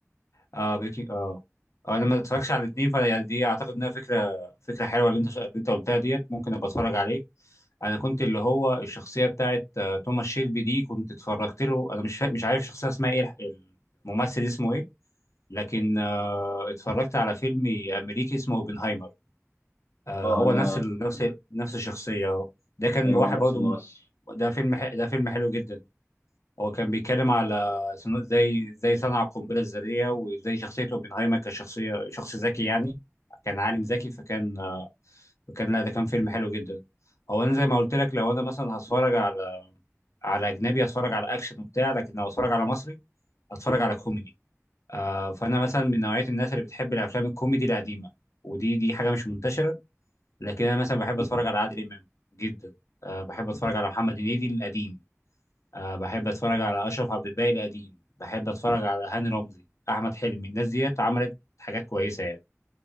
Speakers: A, on the left; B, on the left.
A: اه بيكي اه آه، انا ما اتفرجش على الاثنين فانا يعني دي اعتقد انها فكره فكره حلوه اللي انت اللي انت قلتها ديت ممكن ابقى اتفرج عليه انا كنت اللي هو الشخصيه بتاعت آه، توماس شيلبي دي كنت اتفرجت له انا مش فا... مش عارف الشخصيه اسمها ايه الممثل اسمه ايه لكن اتفرجت على فيلم امريكي اسمه اوبنهايمر آه
B: اه
A: هو
B: انا
A: نفس ال... نفس نفس الشخصيه ده كان
B: ايوه
A: واحد
B: هو نفس
A: برضه
B: الممثل
A: م- ده فيلم ح... ده فيلم حلو جدا هو كان بيتكلم على صنو- زي زي صنع القنبله الذريه وزي شخصيه اوبنهايمر كشخصيه شخص ذكي يعني كان عالم ذكي فكان آه فكان لا ده كان فيلم حلو جدا هو انا زي ما قلت لك لو انا مثلا هتفرج على على اجنبي هتفرج على اكشن وبتاع لكن لو هتفرج على مصري هتفرج على كوميدي آه، فانا مثلا من نوعيه الناس اللي بتحب الافلام الكوميدي القديمه ودي دي حاجه مش منتشره لكن انا مثلا بحب اتفرج على عادل امام جدا أه بحب اتفرج على محمد هنيدي القديم أه بحب اتفرج على اشرف عبد الباقي القديم بحب اتفرج على هاني رمزي احمد حلمي الناس ديت عملت حاجات كويسه يعني